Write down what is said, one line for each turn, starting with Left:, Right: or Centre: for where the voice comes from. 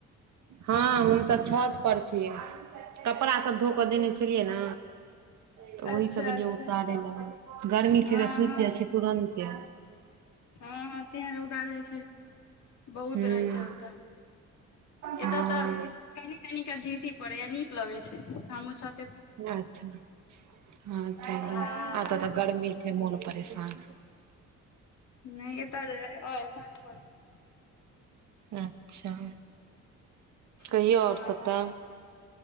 Right: हँ हम तऽ छत पर छी कपड़ा सब धो क देने छेलियै न तऽ
Left: अच्छा
Right: ओही सब एलियै
Left: अच्छा
Right: उतारै लै गर्मी
Left: हँ
Right: सीधा सुइख
Left: हँ
Right: जाइ छैय तुरन्ते।
Left: हँ- हँ तेहेन रौदा रहैय छैय, बहुत
Right: हूँ
Left: रहैय छैय रौदा।
Right: हँ
Left: एतऽ त कनी- कनी क झीसी पड़ैया नीक लगय छैय। हमहुँ छ
Right: अच्छा ह- हूं <unintelligible>
Left: आ
Right: अतऽ त गर्मी छैय मोन परेशान।
Left: नय एत एखन परै <unintelligible>
Right: अच्छा कहियौ
Left: हँ
Right: आओर सब त।